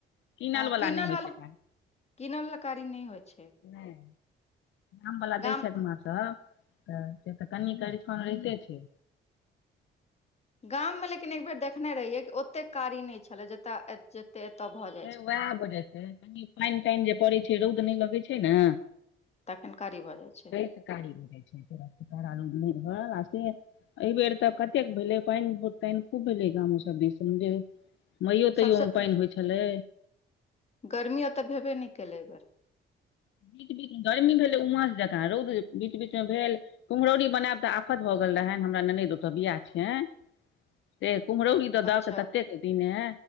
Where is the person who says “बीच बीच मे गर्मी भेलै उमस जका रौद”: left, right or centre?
Left